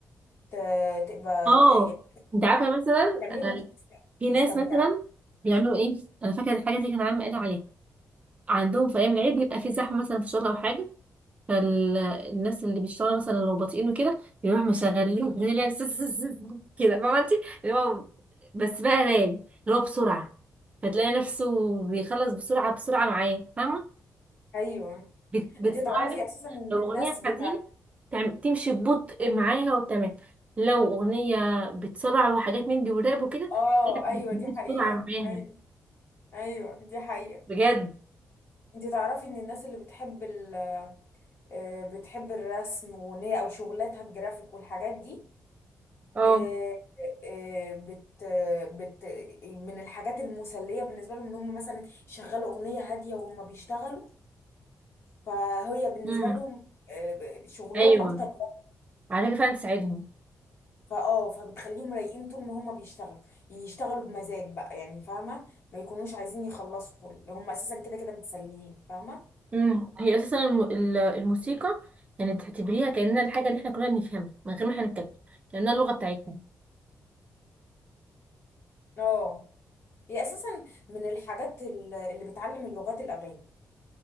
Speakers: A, on the left; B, on the right.
A: ت- تبقى
B: اه
A: ت- يعني
B: انت عارفه مثلا
A: تعمليها
B: آه، في
A: مستمتعة
B: ناس مثلا بيعملوا ايه انا فاكره الحاجه دي كان عامل قال عليها عندهم في ايام العيد بيبقى في زحمه مثلا في الشغل او حاجه فالناس اللي بيشتغلوا مثلا لو بطيئين وكده يروح مشغلين اغنيه اللي هي سس- سس- سس- <laughs> كده فاهمه انت اللي هو بس بقى نايم اللي هو بسرعه فتلاقي نفسه بيخلص بسرعه بسرعه معاه فاهمه
A: ايوه
B: بت- بتسرعني
A: انت تعرفي اساسا ان
B: لو
A: الناس
B: اغنيه
A: بتاعت
B: حزينه تعم- تمشي ببطء معاها وتمام لو اغنيه بتسرع وحاجات من دي وراب وكده
A: اه
B: بتجيب
A: ايوه
B: بسرعه
A: دي حقيقة
B: معاها
A: ايوه ايوه دي حقيقة
B: بجد
A: انت تعرفي ان الناس اللي بتحب ال... آه، بتحب الرسم وان هي او شغلاتها الجرافيك والحاجات دي
B: اه
A: آه، آه، بت... بت من الحاجات المسلية بالنسبة لهم ان هم مثلا يشغلوا اغنية هادية وهم بيشتغلوا فهي بالنسبة
B: امم
A: لهم آه، شغلهم
B: ايوه
A: اكتر
B: على فكره فعلا تساعدهم
A: فاه فبتخليهم رايقين طول ما هم بيشتغلوا يشتغلوا بمزاج بقى يعني فاهمه ما يكونوش عايزين يخلصوا هم اساسا كده كده متسليين فاهمه
B: امم هي اساسا الم- ال- الموسيقى يعني تعتبريها كانها الحاجه اللي احنا كلنا بنفهمها من غير ما احنا نتكلم كانها اللغه بتاعتنا
A: اه هي اساسا من الحاجات ال- اللي بتعلم اللغات الاغاني